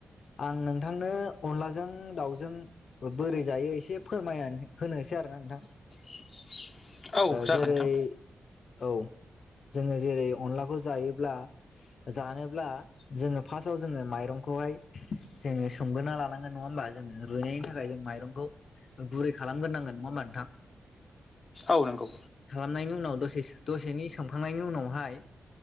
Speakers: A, on the left; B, on the left.
A: आं नोंथांनो अनला जों जों दाउजों बोरै जायो एसे फोरमायनानै होनोसै आरो ना नोंथां।
B: <inaudible> जागोन
A: जेरै
B: नोंथां
A: औ जोङो जेरै अनलाखौ जायो। जानोब्ला जोङो फासाव जोङो माइरंखौहाय जोङो सोमगोरना लानांगोन नङा होमबा? जोङो रुयैनि थाखाय जों माइरंखौ गुरै खालामगोरनांगोन नङा होमबा नोंथां?
B: औ नोंगौ।
A: नायनि उनाव दसे-दसेनि सोमखांनायनि उनावहाय